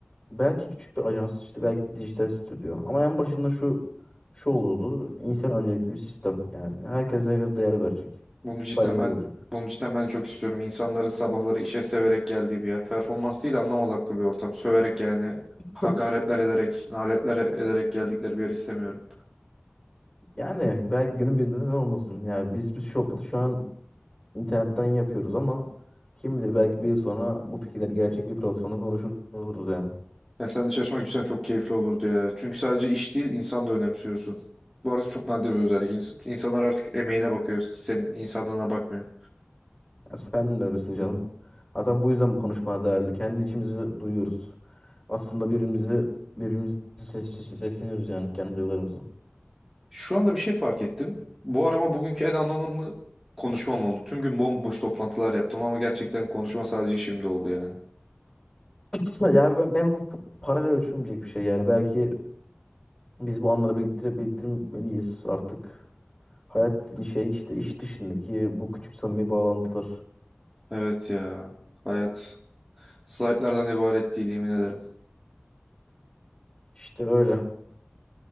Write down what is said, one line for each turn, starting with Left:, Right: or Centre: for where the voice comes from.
Left: belki küçük bir ajans, işte belki dijital stüdyo. Ama en başında şu şu olurdu. İnsan öncelikli bir sistem. Yani herkes herkes değer verecek.
Centre: Bunu cidden
Left: Saygılı
Centre: ben
Left: olacak.
Centre: bunu cidden ben çok istiyorum. İnsanların sabahları işe severek geldiği bir yer. Performans değil anlam odaklı bir ortam. Söverek yani
Left: <laughs>
Centre: hakaretler ederek, naletler ederek geldikleri bir yer istemiyorum.
Left: Yani belki günün birinde neden olmasın. Yani biz biz Şopat'ı şu an internetten yapıyoruz ama kim bilir belki bir yıl sonra bu fikirler gerçek bir platformda konuşuruz yani.
Centre: Ya sen de çalışmak cidden çok keyifli olurdu ya. Çünkü sadece iş değil insan da önemsiyorsun. Bu artık çok nadir bir özellik. İns- İnsanlar artık emeğine bakıyor. Senin insanlığına bakmıyor.
Left: Ya sen de öylesin canım. Zaten bu yüzden bu konuşma değerli. Kendi içimizi duyuyoruz. Aslında birbirimizi birbirimizi ses, ses- sesleniyoruz yani kendi duygularımızı.
Centre: Şu anda bir şey fark ettim. Bu arama bugünkü en anlamlı konuşmam oldu. Tüm gün bomboş toplantılar yaptım ama gerçekten konuşma sadece şimdi oldu yani.
Left: <laughs> Yani ben, ben bu paralel ölçülmeyecek bir şey yani. Belki biz bu anları biriktire, biriktirmeliyiz artık. Hayat dediğin şey işte iş dışındaki bu küçük samimi bağlantılar.
Centre: Evet ya. Hayat. Slaytlardan ibaret değil yemin ederim.
Left: İşte öyle.